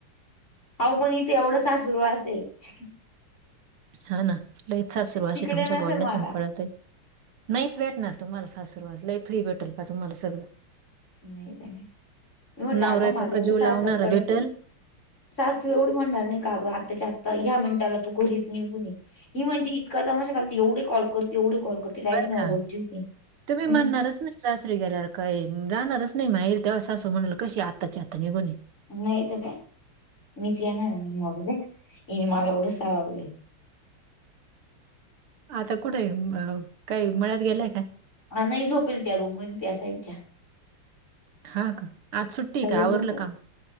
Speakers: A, on the left; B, on the right.
A: हो पण इथे एवढंसा सुरू अस आहे
B: हा ना लई सासरू अशी
A: तिकडे
B: तुमच्या
A: नसेल
B: बोलण्यात
A: मला
B: तुून कळत आहे नाहीच भेटणार तुम्हाला सासूर वाचला फ्री भेटेल प तुम्हाला सगळं
A: नाही नाही मी म्हटलं
B: नवरायपक्का
A: अगं मला एवढी
B: जीव
A: सासर
B: लावणारा
A: कडची
B: भेटेल,
A: सासू एवढी म्हणणार नाही का आताच्या आत्ता ह्या मिनिटाला तू घरीच निघून ये ही म्हणजे इकंदा माझ्या खाल एवढ कॉल करते एवढ कॉल करते डायरेक्ट
B: बर
A: न
B: काम
A: बोलती होती.
B: तुम्ही
A: हम्म
B: म्हणणारच नाही सासरी गेल्यावर काही राहणारच नाही माहि तेव्हा सासू म्हणाल कशी आताची आता निघून
A: नयत का मीझनाग इन माझ उड सहागली
B: आता कुठे आहे अ काही मळ्यात गेलाय का
A: हा नाही झोपेल त्या रूमवर त्या साईडच्या
B: हा का आज सुट्टी
A: सग
B: आहे का? आवरलं काम?